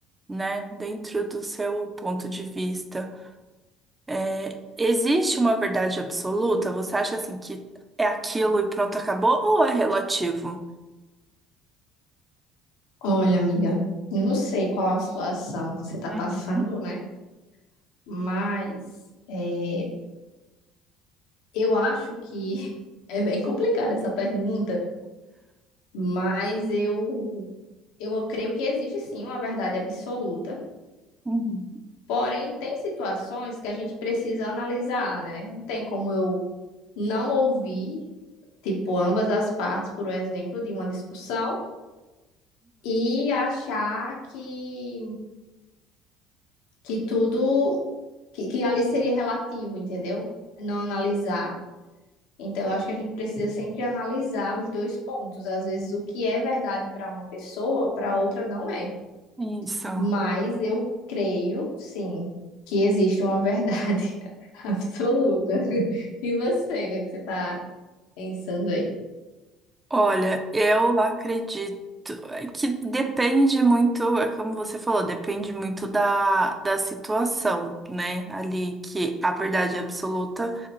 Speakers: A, on the right; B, on the left.
A: né, dentro do seu ponto de vista, é, existe uma verdade absoluta? Você acha assim que é aquilo e pronto, acabou? Ou é relativo?
B: Olha, amiga, eu não sei qual a situação que você tá passando,
A: Uhum,
B: né? Mas é, eu acho que <laughs> é bem complicada essa pergunta, mas eu, eu creio que existe sim uma verdade absoluta.
A: uhum.
B: Porém, tem situações que a gente precisa analisar, né? Não tem como eu não ouvir, tipo, ambas as partes, por exemplo, de uma discussão e achar que que tudo, que, que ali seria relativo, entendeu? Não analisar. Então, eu acho que a gente precisa sempre analisar os dois pontos. Às vezes, o que é verdade para uma pessoa, para outra não é.
A: Uhum, isso.
B: Mas eu creio, sim, que existe uma verdade <laughs> absoluta. E você, né, que você está pensando aí?
A: Olha, eu acredito é que depende muito, é como você falou, depende muito da, da situação, né? Ali que a verdade absoluta